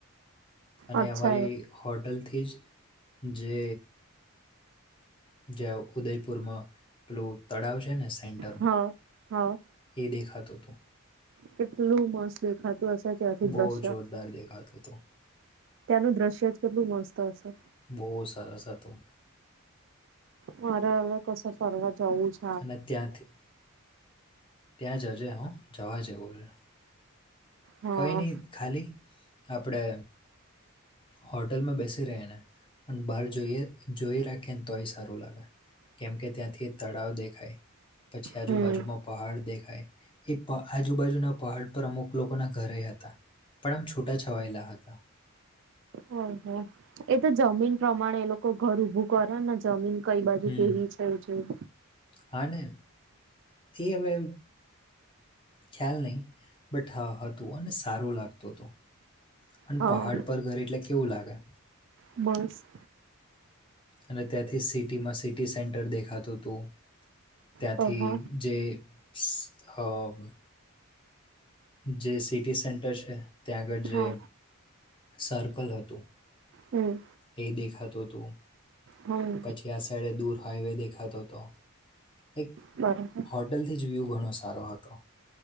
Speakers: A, on the left; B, on the right.
A: અને
B: અચ્છા
A: અમારી
B: એ
A: હોટલથી જ જે જ્યાં ઉદયપુરમાં પેલું તળાવ છે ને સેન્ટ
B: હા, હા.
A: ઈ દેખાતું તું.
B: કેટલું મસ્ત દેખાતું હશે. ત્યાંથી
A: બહુ
B: દ્રશ્ય
A: જોરદાર દેખાતું તું.
B: ત્યાંનું દ્રશ્ય જ કેટલું મસ્ત હશે.
A: બહુ સરસ હતું.
B: મારે હવે કશે ફરવા જાવું છ.
A: અને ત્યાંથી, ત્યાં જજે હો જવા જેવું છે.
B: હા
A: કંઈ નહીં, ખાલી આપણે હોટલમાં બેસી રહે ને, અન બહાર જોઈએ જોયે રાખેને તોય સારું લાગે. કેમ કે ત્યાંથી તળાવ દેખાય, પછી આજુબાજુમાં
B: હમ
A: પહાડ દેખાય એ પ આજુબાજુના પહાડ પર અમુક લોકોના ઘર એય હતા, પણ આમ છૂટા છવાયેલા હતા.
B: હમ્મ-હમ્મ એ તો જમીન પ્રમાણે એ લોકો ઘર ઊભું કરેને જમીન કંઈ બાજુ
A: હમ
B: કેવી છે એ જોઈ.
A: હા ને, એ હવે ખ્યાલ નહીં, બટ હા હતું, અને સારું લાગતુ તુ. અને
B: હા
A: પહાડ પર ઘર એટલે કેવું લાગે!
B: મસ્ત.
A: અને ત્યાંથી સિટીમાં સિટી સેન્ટર દેખાતું તું. ત્યાંથી
B: હા
A: જે સ અહ જે સિટી સેન્ટર છે, ત્યાં આગળ
B: હા
A: જે સર્કલ હતું,
B: હમ
A: એ દેખાતું તું.
B: હમ
A: પછી આ સાઈડે દૂર હાઈવે દેખાતો તો. એક
B: બરબર.
A: હોટલથી જ વ્યૂહ ઘણો સારો હતો.